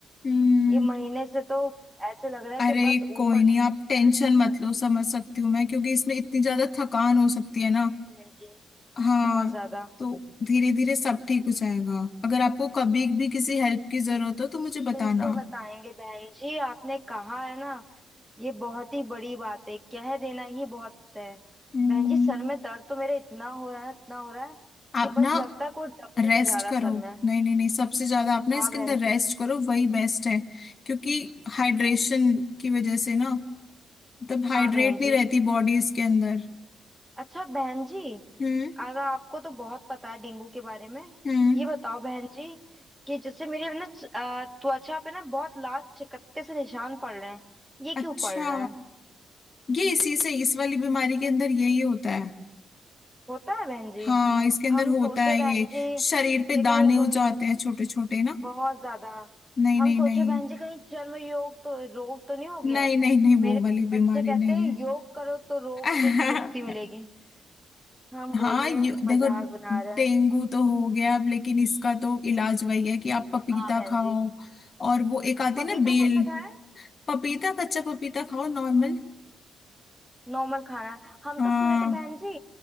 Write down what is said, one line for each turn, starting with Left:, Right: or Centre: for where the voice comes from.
Left: हम्म
Centre: ये महीने से तो ऐसे लग रहा है
Left: अरे
Centre: कि बस ऊपर
Left: कोई
Centre: ना
Left: नहीं
Centre: चले
Left: आप
Centre: जाए।
Left: टेंशन मत लो समझ सकती हूँ मैं क्योंकि इसमें इतनी ज्यादा थकान हो सकती है ना
Centre: हाँ बहन जी
Left: हाँ
Centre: बहुत ज्यादा
Left: तो धीरे धीरे सब ठीक हो जाएगा अगर आपको कभी भी किसी हेल्प की जरूरत हो तो मुझे
Centre: बिल्कुल
Left: बताना
Centre: बताएंगे बहन जी आपने कहा है ना ये बहुत ही बड़ी बात है कह देना ही बहुत है
Left: हम्म
Centre: बहन जी सर में दर्द तो मेरे इतना हो रहा है इतना हो रहा है
Left: आप
Centre: कि
Left: ना
Centre: बस लगता है कोई डमरू
Left: रेस्ट
Centre: बजा रहा
Left: करो
Centre: है सर में
Left: नहीं नहीं नहीं सबसे ज्यादा आप ना
Centre: हाँ
Left: इसके
Centre: बहन
Left: अंदर
Centre: जी
Left: रेस्ट करो वही बेस्ट है क्योंकि हाइड्रेशन की वजह से ना मतलब हाइड्रेट
Centre: हाँ बहन जी
Left: नहीं रहती बॉडी इसके अंदर
Centre: अच्छा बहन जी
Left: हम्म
Centre: अगर आपको तो बहुत पता है डेंगू के बारे में
Left: हम्म
Centre: ये बताओ बहन जी कि जैसे मेरे ना च- अ, त्वचा पे ना बहुत लाल चकत्ते से निशान पड़ रहे हैं ये
Left: अच्छा
Centre: क्यों पड़ रहे हैं
Left: ये इसी से इस वाली बीमारी के अंदर यही होता है
Centre: होता है बहन जी
Left: हाँ इसके अंदर
Centre: हम
Left: होता
Centre: सोचे
Left: है
Centre: बहन
Left: ये
Centre: जी
Left: शरीर पे
Centre: कि
Left: दाने
Centre: कहीं कोई
Left: हो जाते हैं छोटे छोटे ना
Centre: बहुत ज्यादा
Left: नहीं
Centre: हम
Left: नहीं
Centre: सोचे
Left: नहीं
Centre: बहन जी कहीं चर्म योग तो रोग तो नहीं हो गया
Left: नहीं
Centre: है
Left: नहीं नहीं
Centre: मेरे
Left: वो वाली
Centre: बच्चे
Left: बीमारी
Centre: कहते
Left: नहीं
Centre: हैं योग करो तो रोग
Left: <laughs>
Centre: से मुक्ति मिलेगी हम
Left: हाँ
Centre: बोले
Left: यू
Centre: मजाक
Left: देखो
Centre: बना रहे
Left: डेंगू
Centre: हैं
Left: तो हो गया अब लेकिन इसका तो इलाज वही है कि आप पपीता
Centre: हाँ बहन
Left: खाओ
Centre: जी
Left: और वो एक आती
Centre: पपीता
Left: है ना बेल
Centre: कैसे खाए
Left: पपीता कच्चा पपीता खाओ नॉर्मल
Centre: नॉर्मल खाना है हम
Left: हाँ
Centre: तो सुने थे बहन जी